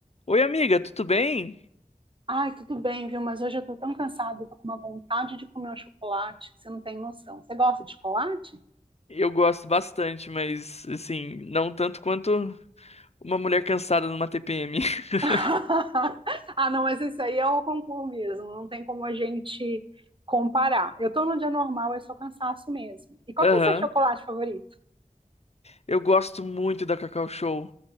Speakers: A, on the left; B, on the right.
A: Oi, amiga, tudo bem?
B: Ai, tudo bem, viu? Mas hoje eu tô tão cansada, eu tô com uma vontade de comer um chocolate que você não tem noção. Você gosta de chocolate?
A: Eu gosto bastante, mas assim, não tanto quanto uma mulher cansada numa TPM.
B: <laughs>
A: <laughs>
B: Ah, não, mas isso aí é o concurso mesmo, não tem como a gente comparar. Eu tô num dia normal, é só cansaço mesmo. E qual
A: Aham.
B: que é o seu chocolate favorito?
A: Eu gosto muito da Cacau Show.